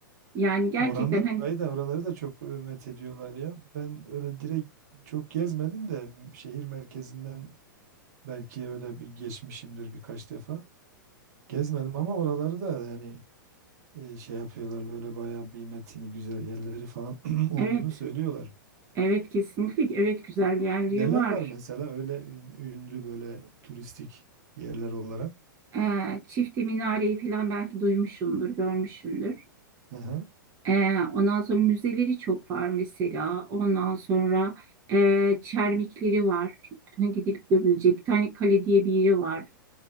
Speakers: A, on the right; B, on the right.
A: Yani gerçekten
B: Oranda
A: hani
B: orayı da oraları da çok e, met ediyorlar ya. Ben öyle direkt çok gezmedim de m- şehir merkezinden belki öyle bir geçmişimdir birkaç defa. Gezmedim ama oraları da yani e, şey yapıyorlar böyle baya bir metini güzel yerleri falan <clears throat> olduğunu
A: evet,
B: söylüyorlar.
A: evet kesinlikle evet güzel yerleri
B: Neler
A: var.
B: var mesela öyle ün- ünlü böyle turistik yerler olarak?
A: Ee, Çifte Minare'yi falan belki duymuşsundur, görmüşsündür.
B: Hı hı.
A: Ee, ondan sonra müzeleri çok var mesela. Ondan sonra e, çermikleri var. Hani Gidip görülecek. Bir tane kale diye bir yeri var.